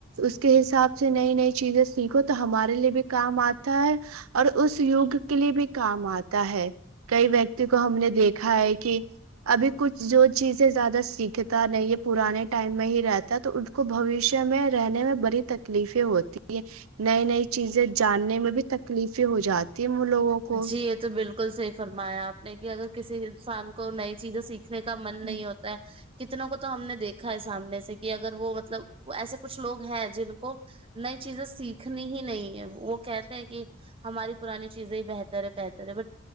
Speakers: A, on the right; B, on the right.
A: اس کے حساب سے نئی نئی چیزیں سیکھو تو ہمارے لیے بھی کام آ اور اس یگ کے لیے بھی کام آتا ہے کئی ویکتی کو ہم نے دیکھا ہے کہ ابھی کچھ جو چیزیں زیادہ سیکھتا نہیں یہ پرانے ٹائم میں ہی رہتا ہے تو اس کو بوشیہ میں رہنے میں بڑی تکلیفیں ہوتی ہے نئی نئی چیزیں جاننے میں تکلیفیں ہو جاتی ہیں لوگوں کو
B: جی یہ تو بالکل صحی فرمایا آپ نے کہ اگر کسی انسان کو نئی چیزیں سیکھنے کا من
A: جی
B: نہیں ہوتا ہے کتنوں کو تو ہم نے دیکھا ہے سامنے سے کہ اگر وہ مطلب ایسے کچھ لوگ ہیں جن کو نئی چیزیں سیکھنی ہی نہیں ہے وہ کہتے ہیں کہ ہماری پرانی چیزیں بتر ہے بہتر ہے ب